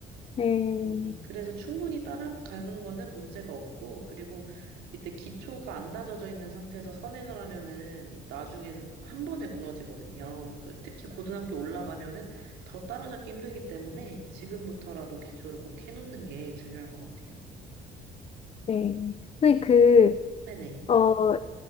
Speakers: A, on the left (about 35°); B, on the right (about 85°).
A: 네.
B: 네, 그래서 충분히 따라가는 거는 문제가 없고, 그리고 이때 기초가 안 다져져 있는 상태에서 선행을 하면은 이제 나중엔 한 번에 무너지거든요. 그리고 특히 고등학교 올라가면은 더 따라잡기 힘들기 때문에 지금부터라도 기초를 꼭 해놓는 게 중요할 것 같아요.
A: 네. 근데 그,
B: 네네,
A: 어,